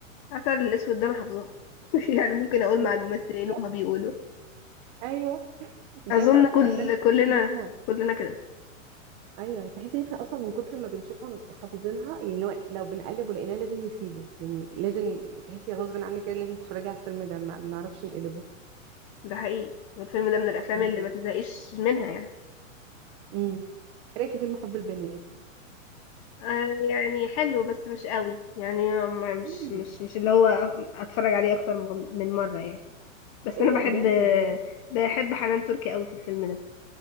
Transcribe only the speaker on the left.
عسل الاسود ده انا حافظاه <laughs> يعني ممكن اقول
مع الممثلين
هما بيقولوا
اظن
كل
كلنا
كلنا كده
ده حقيقي الفيلم ده من الافلام
اللي
ما تزهقش منها يعني
آه يعني حلو بس مش قوي يعني ما- مش
مش مش اللي هو أ- اتفرج عليه اكتر من من مره يعني بس
انا بحب
بحب حنان تركي قوي في الفيلم ده